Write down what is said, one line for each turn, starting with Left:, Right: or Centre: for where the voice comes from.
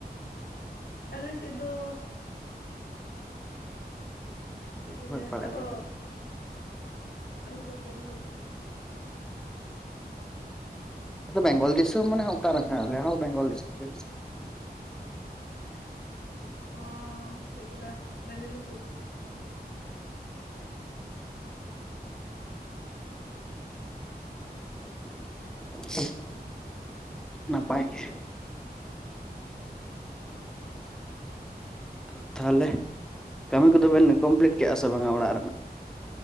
Left: ᱟᱞᱮ ᱥᱮᱫ ᱫᱚ ᱼᱼ ᱪᱮᱫ ᱠᱚ ᱞᱟᱹᱭᱟ?
Centre: ᱯᱟᱲᱟᱜ
Left: ᱟᱫᱚᱻ
Centre: ᱜᱮᱭᱟ ᱯᱮ
Left: ᱟᱞᱮ ᱫᱚ ᱵᱮᱝᱜᱚᱞ।
Centre: ᱟᱫᱚ ᱵᱮᱝᱜᱚᱞ ᱫᱤᱥᱚᱢ ᱢᱟᱱᱮ ᱚᱠᱟ ᱱᱟᱠᱷᱟ? <unintelligible> ᱟᱞᱮ ᱦᱚᱸ ᱵᱮᱝᱜᱚᱞ ᱫᱤᱥᱚᱢ ᱜᱮ।
Left: <inaudible> ᱚᱸᱻ ᱪᱮᱫ ᱠᱚ ᱞᱟᱹᱭᱟ? ᱢᱮᱫᱤᱱᱤᱯᱩᱨ।
Centre: <inaudible> ᱱᱟᱯᱟᱭ ᱜᱮ। <inaudible> ᱛᱟᱦᱟᱞᱮ, ᱠᱟᱹᱢᱤ ᱠᱚᱫᱚ ᱵᱮᱱ ᱠᱚᱢᱯᱞᱤᱴ ᱠᱮᱜᱼᱟ ᱥᱮ ᱵᱟᱝᱟ ᱚᱲᱟᱜ ᱨᱮᱱᱟᱜ?